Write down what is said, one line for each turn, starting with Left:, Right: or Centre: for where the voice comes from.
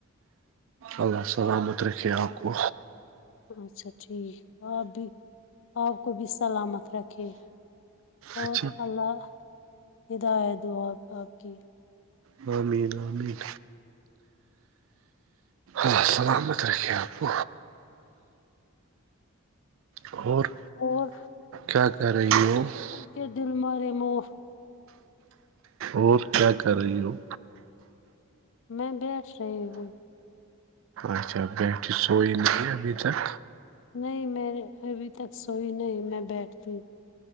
Right: اللہ السلامت رکھے آکو
Left: اچھا ٹھیک آپ بھی آپ کو بھی سلامت رکھے اور
Right: اچھی
Left: اللہ ہدایت دو آ آپ کی
Right: ہاں مین ہ مین السلامت رکھ آپ اور
Left: اور
Right: کیا کر رہی ہو
Left: کے دل م رے مو
Right: اور کیا کر رہی ہو
Left: میں بیھ رہی ہوں
Right: اچھا بیٹری سو نہیں ہے ابھی تک
Left: نہیں میں نے ابھی تک سوئی نہیں میں بیٹھتی